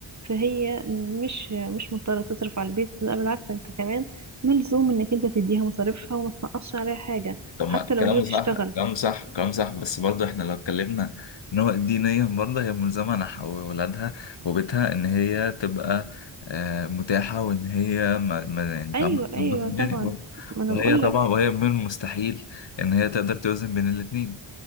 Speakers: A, on the right; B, on the left.
A: فهي مش مش مضطرة تصرف على البيت لا بالعكس انت كمان ملزوم انك انت تديها مصاريفها وما تنقصش عليها حاجة
B: طب ما
A: حتى
B: الكلام
A: لو هي
B: ده
A: بتشتغل
B: صح الكلام ده صح الكلام ده صح بس برضه احنا لو اتكلمنا ان هو دينيا برضه هي ملزمه نحو ولادها وبيتها ان هي تبقى آه، متاحه وان هي ما ما- يعني فاهمه
A: ايوه
B: تظبط
A: ايوه
B: الدنيا
A: طبعا
B: برضه
A: ما انا
B: وهي
A: بقول
B: طبعا
A: لك
B: وهي من المستحيل ان هي تقدر توزن بين الاثنين